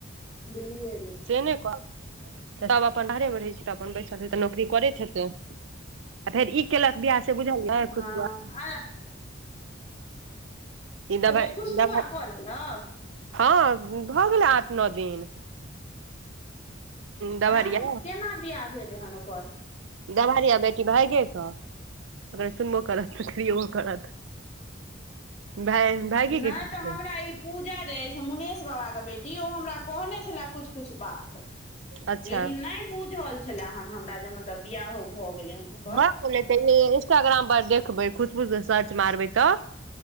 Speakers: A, on the left; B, on the right.
A: दिल्लीेए में
B: से नइ करब तब अपन बाहरे मे रहै छै तऽ अपन बैसल हेै तऽ नौकरी करैत हेतै आ फेर ई केलक बियाह से बुझलियै
A: हँ
B: खुशबुआ ई दबाइ
A: अच्छा खुशबुआ
B: दबाई
A: कऽ लेलक
B: हॅं भऽ गेलै आठ नो दिन दभरिया
A: आंई केना बियाह भेलै हन ओकर
B: दवारिया बेटी भाइगे क अखन सुनबो करत त गरियेबो करत भाय भायगे
A: न
B: के
A: त् तऽ हमरा ई पूजा जे अछि मुनेश बाबा के बेटी ओ हमरा कहने छलै कुछ कुछ बात
B: अच्छा
A: लेकिन नै बुझल छलै हन हमरा जे मतलब बियाहो भऽ गेलै हन ओकर
B: भक लेतै ए इंस्टाग्राम पर देखबै खुशबु से सर्च मारबै तऽ